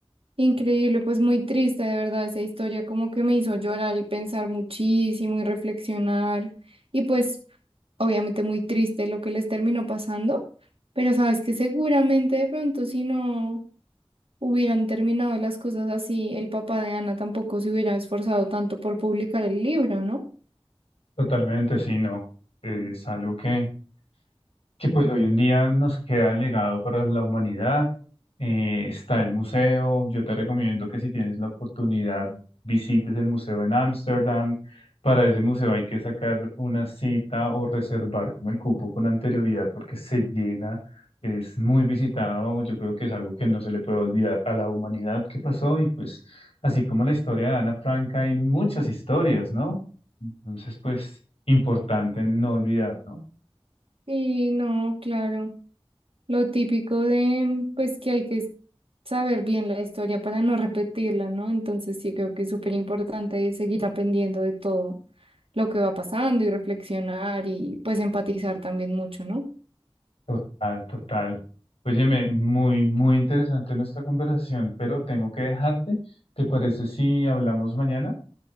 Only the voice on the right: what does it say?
Increíble, pues muy triste, de verdad, esa historia como que me hizo llorar y pensar muchísimo y reflexionar. Y pues obviamente muy triste lo que les terminó pasando, pero sabes que seguramente de pronto si no hubieran terminado las cosas así, el papá de Ana tampoco se hubiera esforzado tanto por publicar el libro, ¿no?
Y no, claro. Lo típico de, pues que hay que saber bien la historia para no repetirla, ¿no? Entonces sí creo que es súper importante seguir aprendiendo de todo lo que va pasando y reflexionar y pues empatizar también mucho, ¿no?